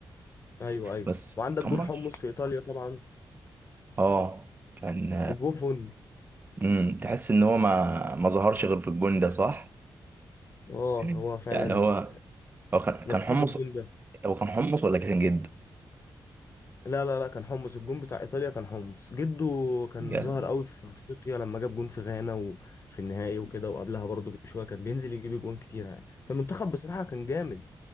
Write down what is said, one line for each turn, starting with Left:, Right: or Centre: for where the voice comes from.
Left: ايوه ايوه
Right: بس
Left: وعندك
Right: كان
Left: جون
Right: ماتش
Left: حمص في ايطاليا طبعا
Right: اه كان
Left: في بوفون
Right: امم تحس ان هو ما ما ظهرش غير في الجون ده صح
Left: اه
Right: <laughs>
Left: هو فعلا
Right: يعني هو هو كان
Left: نصيبه
Right: كان حمص
Left: الجون ده
Right: هو كان حمص ولا كان جد
Left: لا لا لا كان حمص الجون بتاع ايطاليا كان حمص جده كان
Right: يعني
Left: ظاهر قوي في افريقيا لما جاب جون في غانا وفي النهائي وكده وقبلها برضه بشويه كان بينزل يجيب جون كتير يعني فالمنتخب بصراحه كان جامد